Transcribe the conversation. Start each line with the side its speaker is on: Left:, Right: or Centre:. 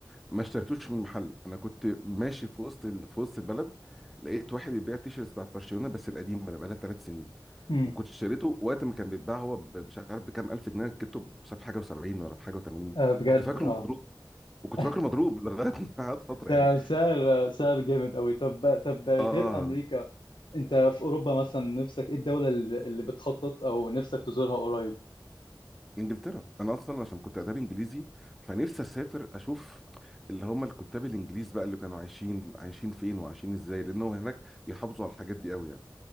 Centre: ما اشتريتوش من محل انا كنت ماشي في وسط ال... في وسط البلد لقيت واحد بيبيع التيشيرت بتاع برشلونه بس القديم اللي بقالها ثلاث سنين
Left: امم
Centre: وكنت اشتريته وقت ما كان بيتباع هو ب- مش عارف بكام الف جنيه جبته بس بحاجه و70 ولا بحاجه و80
Left: آه بجد
Centre: كنت فاكره
Left: اه
Centre: مضروب وكنت
Left: <laughs>
Centre: فاكره مضروب لغايه <laughs> ما قعد فتره
Left: ده
Centre: يعني
Left: سعر سعر جامد قوي طب طب غير
Centre: اه
Left: امريكا انت في اوروبا مثلا نفسك ايه الدولة اللي اللي بتخطط او نفسك تزورها قريب
Centre: انجلترا انا اصلا عشان كنت اداب انجليزي فنفسي اسافر اشوف اللي هم الكتاب الانجليز بقى اللي كانوا عايشين عايشين فين وعايشين ازاي لانه هناك بيحافظوا على الحاجات دي قوي يعني